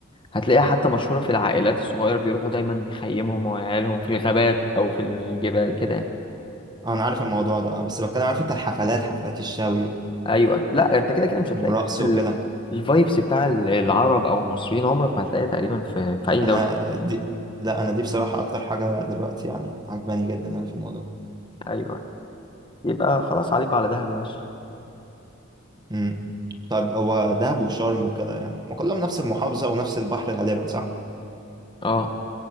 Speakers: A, on the left; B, on the right.
A: هتلاقيها حتى مشهوره في العائلات الصغيره بيروحوا دايما يخيمهم وعيالهم في الغابات او في الجبال كده
B: آه، انا عارف الموضوع ده آه، بس بتكلم عارف انت الحفلات حفلات الشوي
A: ايوه لا انت كده كده مش هتلاقي
B: والرقص
A: نفس ال-
B: وكده
A: الفايبس بتاع ال- العرب او المصريين عمرك ما هتلاقيها تقريبا في في اي
B: انا
A: دوله
B: آه، دي لا انا دي بصراحة اكتر حاجة دلوقتي يعني عجباني جدا يعني في الموضوع
A: ايوه يبقى خلاص عليكم على دهب يا باشا
B: امم طيب هو دهب وشرم وكده يعني ما كلهم نفس المحافظة ونفس البحر غالبا صح
A: اه